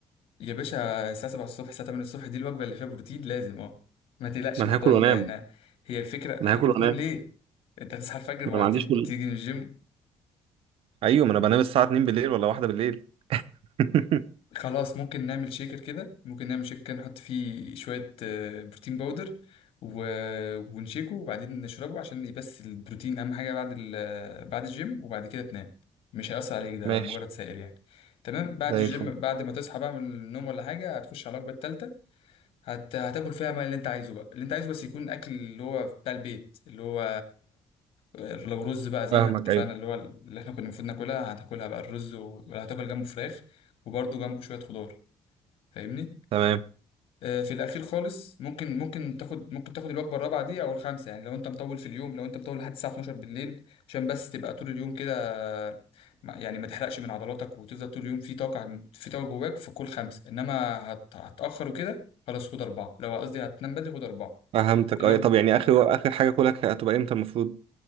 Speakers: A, on the left; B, on the right.
A: يا باشا الساعه 7 الصبح الساعه 8 الصبح دي الوجبه اللي فيها بروتين لازم اه ما تقلقش
B: ما
A: الموضوع
B: انا هاكل
A: اللي
B: وانام
A: احنا هي الفكره
B: ما
A: هتاكل
B: انا هاكل
A: وتنام
B: وانام
A: ليه انت هتصحى الفجر
B: ما
A: وهتيجي
B: انا ما عنديش كل
A: من الجيم
B: ايوه ما انا بنام الساعة 2 بالليل ولا واحدة بالليل <laughs>
A: خلاص ممكن نعمل شيكر كده ممكن نعمل شيكر كده نحط فيه شوية آه، بروتين باودر و... ونشيكه وبعدين نشربه عشان بس البروتين أهم حاجة بعد ال... بعد الجيم وبعد كده تنام مش هيأثر عليك ده
B: ماشي
A: مجرد سائل يعني تمام بعد
B: زي
A: الجيم
B: الفل
A: بعد ما تصحى بقى من النوم ولا حاجة هتخش على الوجبة التالتة هت... هتاكل فيها ما اللي انت عايزه بقى اللي انت عايزه بس يكون اكل اللي هو بتاع البيت اللي هو آه، لو رز بقى زي
B: فاهمك
A: ما احنا اتفقنا
B: ايوه
A: اللي هو اللي احنا كنا المفروض ناكلها هتاكلها بقى الرز و... ولا هتاكل جنبه فراخ وبرده جنبه شوية خضار فاهمني
B: تمام
A: آه، في الاخير خالص ممكن ممكن تاخد ممكن تاخد الوجبه الرابعه دي او الخامسه يعني لو انت مطول في اليوم لو انت مطول لحد الساعه 12 بالليل عشان بس تبقى طول اليوم كده آه، ما- يعني ما تحرقش من عضلاتك وتفضل طول اليوم في طاقه في طاقه جواك فكل خمسه انما هت- هتاخر وكده خلاص خد اربعه لو قصدي هتنام بدري خد اربعه
B: فهمتك
A: الوجبه
B: ايوه طب يعني اخر اخر حاجة كلها هتبقى امتى المفروض